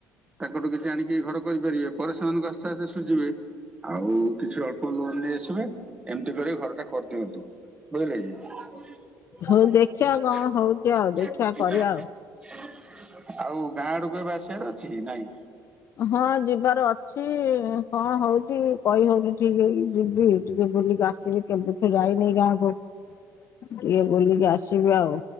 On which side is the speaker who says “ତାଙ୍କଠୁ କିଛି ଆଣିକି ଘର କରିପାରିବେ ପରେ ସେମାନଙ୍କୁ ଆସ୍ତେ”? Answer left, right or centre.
Right